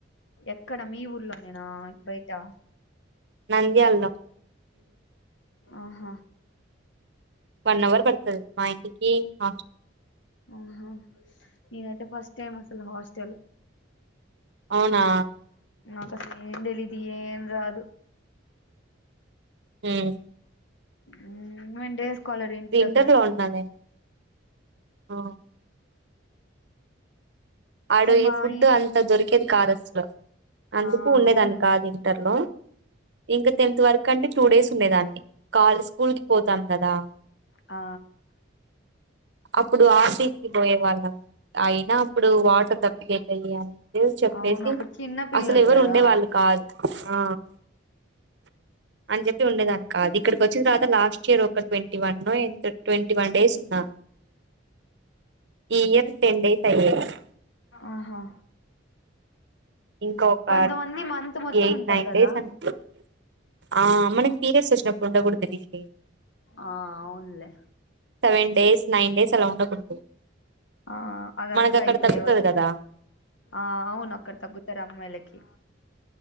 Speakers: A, on the left; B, on the right.
A: ఎక్కడ మీ ఊర్లో నేనా బయటా?
B: నంద్యాల్లో
A: ఆహ
B: వన్ అవర్ పడతది మా ఇంటికి హస్ట్
A: ఆహా నేనయితే ఫస్ట్ టైమ్ అసలు హాస్టల్
B: అవునా
A: నాకు అసలు ఏం తెలీదు ఏం రాదు.
B: హ్మ్
A: హ్మ్ నేన్ డేస్కాలర్ ఇంటి దగ్గర
B: ఇంటర్ లో ఉన్నాలే ఆ ఆడు
A: అసలు
B: ఈ
A: మావి
B: ఫుడ్డు అంతా దొరికేది కాదస్లు అందుకు
A: ఆ
B: ఉండేదాన్ని
A: అవునులే
B: కాదు ఇంటర్ లో ఇంకా తెన్త్ వర్ కంటే టూ డేస్ ఉండేదాన్ని కా స్కూల్ కి పోతాం కదా.
A: ఆ
B: అప్పుడు ఆఫీస్ కి పోయే వాళ్ళం. అయినా ప్పుడు వాటర్ దప్పికైతై అని న్యూస్ చెప్పేసి
A: అవును అప్పుడు చిన్న పిల్లలు
B: అసలు ఎవరు
A: కదా
B: ఉండే వాళ్ళు కాదు. ఆ అంజ ఉండేదాన్ని కాదు ఇక్కడికి వచ్చిన తవాత లాస్ట్ ఇయర్ ఒక ట్వంటీ వన్నో ఎంతో ట్వంటీ వన్ డేస్ ఉన్నా. ఇయ్యరు టెన్ డేస్ <unintelligible>
A: ఆహా
B: ఇంకా ఒక
A: కొంతమంది మంత్ మొత్తం
B: ఎయిట్
A: ఉంటారు
B: నైన్
A: కదా
B: డేస్ అన్ ఆ మనకి పీరియడ్స్ వచ్చినప్పుడు ఉండకూడదు లే
A: ఆ అవునులే.
B: సెవెన్ డేస్ నైన్ డేస్ అలా ఉండకూడదు
A: ఆ అదంతా
B: మనకు అక్కడ
A: అయిపోయే
B: తగ్గుతది
A: వరకు,
B: కదా
A: ఆ అవును అక్కడ తగ్గు త్తరు అమ్మాయిలకి